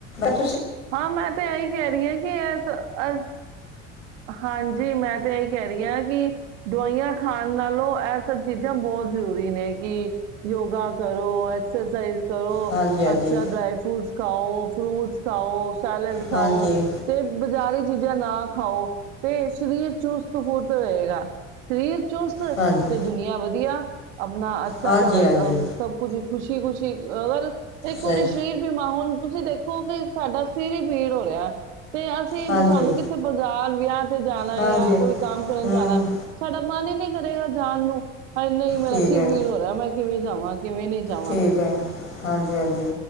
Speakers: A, on the left (about 85°); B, on the right (about 70°).
A: <unintelligible> <unintelligible>
B: ਹਾਂ, ਮੈਂ ਤੇ ਇਹੀ ਕਹਿ ਰਹੀ ਹਾਂ ਕਿ ਏ ਹਾਂਜੀ, ਮੈਂ ਤੇ ਇਹੀ ਕਹਿ ਰਹੀ ਆ ਕਿ ਦਵਾਈਆਂ ਖਾਣ ਨਾਲੋਂ ਇਹ ਸਭ ਚੀਜ਼ਾਂ ਬਹੁਤ ਜ਼ਰੂਰੀ ਨੇ ਕਿ ਯੋਗਾ ਕਰੋ ਐਕਸਰਸਾਈਜ਼। ਕਰੋ
A: ਹਾਂਜੀ ਹਾਂਜੀ
B: ਅੱਛਾ ਡਰਾਈ ਫਰੂਟਸ ਖਾਓ। ਫਰੂਟਸ ਖਾਓ। ਸੈਲਡ
A: ਹਾਂਜੀ
B: ਖਾਓ ਤੇ ਬਜ਼ਾਰੀਚੀਜ਼ਾਂ ਜਾਂ ਨਾ ਖਾਓ। ਤੇ ਸਰੀਰ ਚ <unintelligible> ਚੁਸਤ
A: ਹਾਂਜੀ
B: ਤੇ ਦੁਨੀਆਂ ਵਧੀਆ। ਆਪਣਾ ਅੱਛਾ
A: ਹਾਂਜੀ
B: ਤੁਹਾਡਾ
A: ਹਾਂਜੀ
B: ਅ ਸਭ ਕੁਛ। ਖੁਸ਼ੀ ਖੁਸ਼ੀ ਅਗਰ ਇੱਕ
A: ਸਹੀ
B: ਵਾਰੀ ਸਰੀਰ ਬੀਮਾ ਹੁਣ ਤੁਸੀਂ ਦੇਖੋ ਕਿ ਸਾਡਾ ਸਿਰ ਹੀ ਪੀੜ ਹੋ ਰਿਹਾ। ਤੇ ਅਸੀਂ
A: ਹਾਂਜੀ
B: ਸਾਨੂੰ ਕਿੱਥੇ ਬਾਜ਼ਾਰ ਵੀ ਤੇ ਜਾਣਾ
A: ਹਾਂਜੀ
B: ਜਾਂ ਕੋਈ ਕੰਮ ਕਰਨ
A: ਹੂੰ
B: ਜਾਣਾ ਸਾਡਾ ਮਨ ਜੀ ਨੀ ਕਰੇਗਾ ਜਾਣ ਨੂੰ। ਹਾਏ ਨਹੀਂ ਮੇਰਾ
A: ਠੀਕ
B: ਸਿਰ
A: ਹੈ
B: ਪੀੜ ਹੋ ਰਿਹਾ ਮੈਂ ਕਿਵੇਂ ਜਾਵਾਂ? ਕਿਵੇਂ ਨਹੀਂ ਜਾਵਾਂ।
A: ਠੀਕ ਹੈ ਹਾਂਜੀ, ਹਾਂਜੀ।